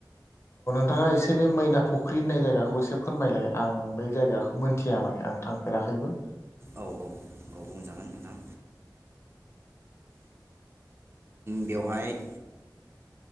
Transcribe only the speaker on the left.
थांङा एसे बे मैना फुख्रि होननाय जायगाखौ एसे फोरमायलाय आं बै जायगाखौ मोनथिया माने आं थांफेराखैबो।